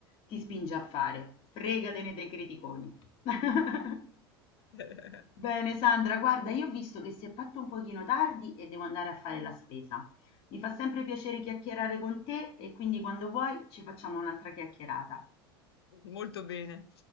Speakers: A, on the left (about 50°); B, on the left (about 80°).
A: ti spinge a fare. Fregatene dei criticoni. <laughs>
B: <laughs>
A: Bene, Sandra, guarda, io ho visto che si è fatto un pochino tardi e devo andare a fare la spesa. Mi fa sempre piacere chiacchierare con te e quindi quando vuoi ci facciamo un'altra chiacchierata.
B: Molto bene.